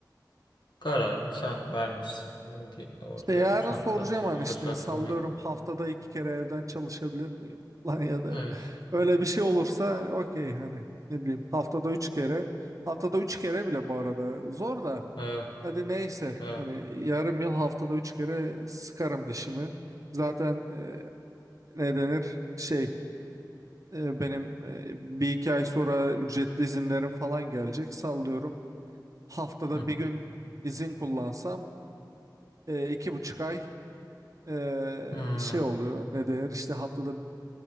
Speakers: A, on the left (about 75°); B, on the right (about 45°).
A: kararını sen vermişsin. Benim de orada
B: İşte yarın
A: çok
B: soracağım
A: fazla söz
B: hani işte
A: hakkım
B: sallıyorum
A: yok.
B: haftada iki kere evden çalışabilir miyim? <laughs> Lan ya da
A: Evet,
B: öyle bir şey olursa hani okey hani ne bileyim haftada üç kere haftada üç kere bile bu arada zor da
A: evet,
B: hadi neyse
A: evet.
B: hani yarım yıl haftada üç kere sıkarım dişimi. Zaten e, ne denir şey E, Benim e, bir iki ay sonra ücretli izinlerim falan gelecek sallıyorum. Haftada
A: Hı hı.
B: bir gün izin kullansam e, iki buçuk ay e,
A: Hmm.
B: şey oluyor ne denir işte haftada